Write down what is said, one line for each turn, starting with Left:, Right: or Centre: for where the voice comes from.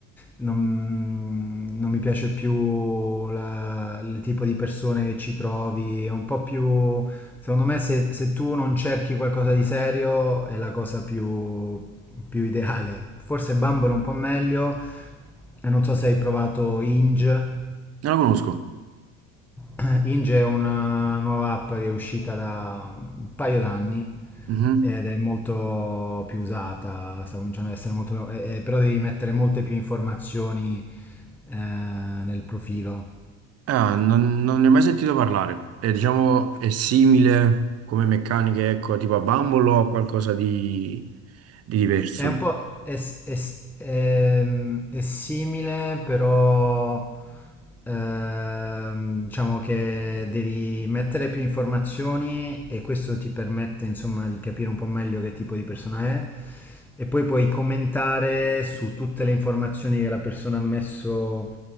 Centre: non, non mi piace più la- il tipo di persone che ci trovi, è un po' più... Secondo me se, se tu non cerchi qualcosa di serio è la cosa più, più ideale. Forse Bumble è un po' meglio e non so se hai provato Hinge.
Right: Non lo conosco.
Centre: Eh, Inge è una nuova app che è uscita da un paio d'anni
Right: Mhm.
Centre: ed è molto più usata, sta cominciando ad essere molto... eh, eh, però devi mettere molte più informazioni eh, nel profilo
Right: Ah, non, non ne ho mai sentito parlare. E diciamo, è simile come meccaniche, ecco, tipo a Bumble o a qualcosa di, di diverso?
Centre: È un po' è, s- è s- ehm, è simile, però ehm, diciamo che devi mettere più informazioni e questo ti permette insomma di capire un po' meglio che tipo di persona è e poi puoi commentare su tutte le informazioni che la persona ha messo